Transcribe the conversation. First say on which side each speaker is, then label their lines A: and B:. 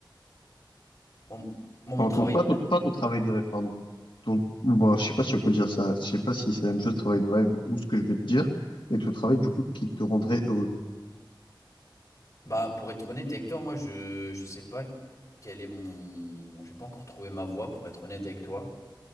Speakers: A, on the left; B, on the left.
A: Bon, moi,
B: Enfin,
A: mon travail,
B: ton- pas
A: de
B: ton,
A: rêve,
B: pas ton travail de rêve, pardon. Ton, bon, je sais pas si on peut dire ça. Je sais pas si c'est la même chose, travail de rêve, ou ce que je vais te dire, mais ton travail, du coup, qui te rendrait heureux.
A: bah, pour être honnête avec toi, moi, je, je sais pas quel est mon, j'ai pas encore trouvé ma voie pour être honnête avec toi